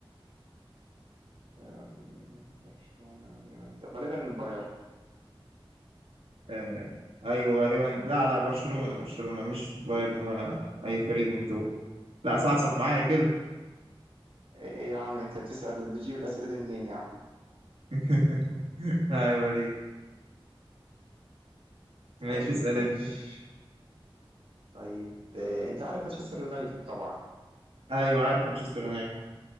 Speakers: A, on the right; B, on the right.
A: آآ، برشلونة واليونايتد غالبًا البايرن.
B: آه، ايوه غالبا لا لا برشلونة برشلونة مش بايرن ولا اي فريق من دول لا صح صح معايا كده
A: ايه يا عم انت بتسأل بتجيب الأسئلة دي منين يا عم
B: <laughs> عيب عليك ماشي
A: طيب
B: اسأل
A: ماشي
B: انت
A: طيب آه، انت عارف مانشستر يونايتد طبعا
B: ايوه عارف مانشستر يونايتد